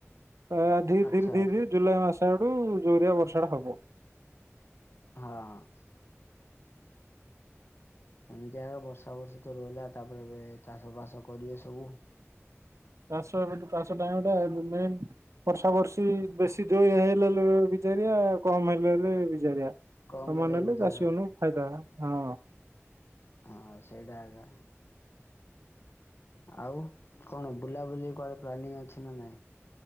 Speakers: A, on the right; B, on the left.
A: ଆ ଧି
B: ଆଚ୍ଛା
A: ଧି ଧି
B: ଆଚ୍ଛା
A: ଧିର ଜୁଲାଇ ମାସ ଆଡୁ ଜୋରିଆ ବର୍ଷା ଟା ହବ।
B: ହଁ। ସେମିତି ଆଗ ବର୍ଷା ବର୍ଷିତ ତ ରହିଲା ତାପରେ ଏବେ ଚାଷ ବାସ କରିବେ ସବୁ।
A: ଚାଷ ଏବେତ ଚାଷ ଟାଇମ ଟା ମେନ ବର୍ଷା ବର୍ଷୀ ବେଶୀ ଜୋଇୟା ହେଲେ <unintelligible> ବିଜାରିଆ କମ ହେଲେ ହେଲେ ବିଜାରିଆ ସମାନ
B: କମ୍
A: ହେଲେ
B: ବିଜାର
A: ଚାଷୀ ମାନଙ୍କୁ ଫାଇଦା। ହଁ।
B: ହଁ ସେଇଟ ଆଗ ଆଉ କଣ ବୁଲାବୁଲି କୁଆଡେ ପ୍ଲାନିଂ ଅଛି ନା ନାଇଁ?